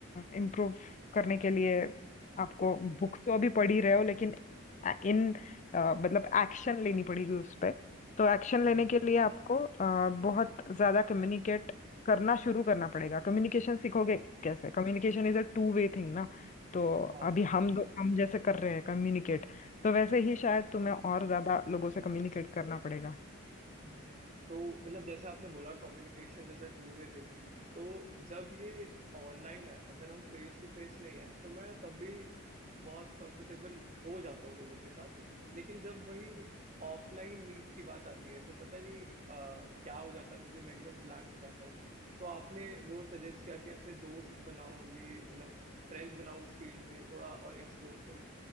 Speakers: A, on the left; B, on the right.
A: इम्प्रूव करने के लिए आपको बुक्स तो अभी पढ़ ही रहे हो लेकिन अ- इन अ, मतलब एक्शन लेनी पड़ेगी उस पे तो एक्शन लेने
B: हम्म।
A: के लिए आपको अ, बहुत ज्यादा कम्युनिकेट करना शुरू करना पड़ेगा कम्युनिकेशन सीखोगे कैसे Communication is a two way thing ना तो
B: हाँ
A: अभी हम दो हम जैसे कर रहे हैं कम्युनिकेट तो वैसे ही शायद तुम्हें और ज्यादा लोगों से कम्युनिकेट करना पड़ेगा
B: हम्म, तो मतलब जैसे आपने बोला communication is a two way thing तो जब ये ऑनलाइन है अगर हम फेस टू फेस नहीं है तो मैं तब भी बहुत कंफर्टेबल हो जाता हूँ लोगों के साथ लेकिन जब वही ऑफलाइन मीट की बात आती है तो पता नहीं अ, क्या हो जाता है मुझे मैं एकदम ब्लैंक हो जाता हूँ तो आपने वो सजेस्ट किया कि ऐसे दोस्त बनाओ ये मतलब फ्रेंड्स बनाओ उस फील्ड में थोड़ा और एक्सप्लोर करो